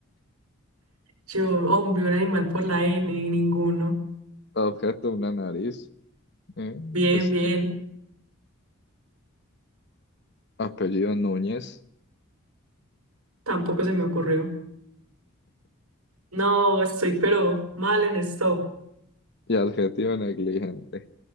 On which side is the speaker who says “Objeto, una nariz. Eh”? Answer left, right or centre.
Left